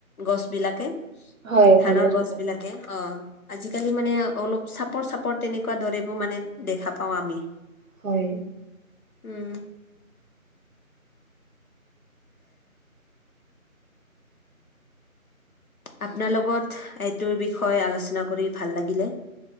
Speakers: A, on the left; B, on the right.
A: গছ বিলাকে
B: হয়
A: ধানৰ
B: ধান
A: গছ
B: বিলাক
A: বিলাকে অ আজিকালি মানে অলপ চাপৰ চাপৰ পৰ তেনেকুৱা দৰেবোৰ মানে দেখা পাও আমি
B: হয়
A: উম আপোনাৰ লগত এইটোৰ বিষয়ে আলোচনা কৰি ভাল লাগিলে